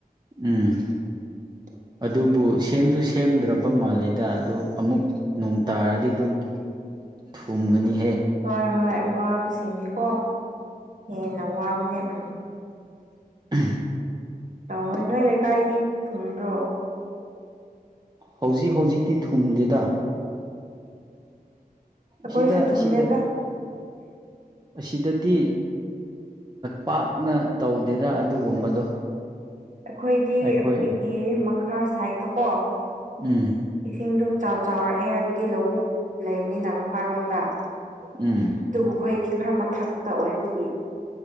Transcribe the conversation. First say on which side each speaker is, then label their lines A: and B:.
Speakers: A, on the right (about 25°); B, on the right (about 55°).
A: ꯎꯝ
B: <unintelligible>
A: ꯑꯗꯨꯕꯨ ꯁꯦꯝꯁꯨ ꯁꯦꯝꯗ꯭ꯔꯕ ꯃꯥꯜꯂꯦꯗ ꯑꯗꯨ ꯑꯃꯨꯛ ꯅꯣꯡ ꯇꯥꯔꯗꯤ ꯑꯗꯨꯝ ꯊꯣꯡꯨꯝꯒꯅꯤ
B: ꯍꯣꯏ ꯍꯣꯏ ꯋꯥꯕꯁꯤꯡꯒꯤꯀꯣ ꯍꯦꯟꯅ ꯋꯥꯕꯅꯦ ꯎꯝ
A: ꯎꯝ
B: ꯇꯣꯏꯅꯣꯏ ꯂꯦꯀꯥꯏꯗꯤ ꯊꯨꯝꯨꯝ ꯔ꯭ꯔꯣ
A: ꯍꯧꯖꯤꯛ ꯍꯧꯖꯤꯛꯤ ꯊꯨꯡꯗꯦꯗ
B: ꯑꯣ
A: ꯁꯤꯗ
B: ꯀꯣꯏꯁꯨ ꯊꯨꯝꯗꯦꯒ
A: ꯁꯤꯗ ꯑꯁꯤꯗꯗꯤ ꯄꯥꯛꯅ ꯇꯧꯗꯦꯔ ꯑꯗꯨꯒꯨꯝꯕꯗꯣ
B: ꯑꯩꯈꯣꯏꯒꯤ
A: ꯑꯩꯈꯣꯏ
B: ꯑꯩꯈꯣꯏꯒꯤ ꯃꯈꯥ ꯁꯥꯏꯠꯇꯀꯣ
A: ꯎꯝ
B: ꯏꯁꯤꯡꯗꯨꯝ ꯆꯥꯎꯔꯛꯑꯦ ꯍꯥꯏꯕꯗꯤ ꯂꯧꯕꯨꯛ ꯂꯩꯕꯅꯤꯅ ꯃꯈꯥꯔꯣꯝꯗ ꯑꯗꯨꯕꯨ
A: ꯎꯝ
B: ꯑꯩꯈꯣꯏꯗꯤ ꯈꯔ ꯃꯊꯛꯇ ꯑꯣꯏꯕꯒꯤ